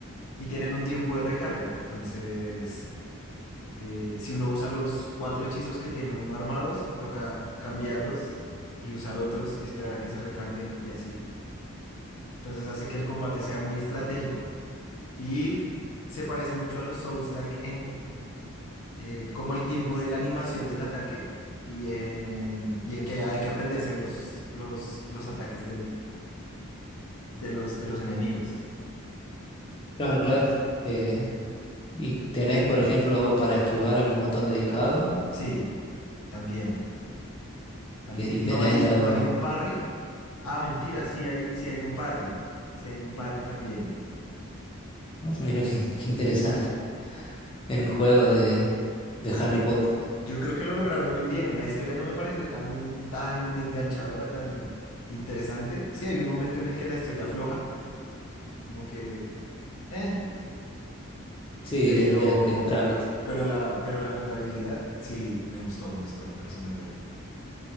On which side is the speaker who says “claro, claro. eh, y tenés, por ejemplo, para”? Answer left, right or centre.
Left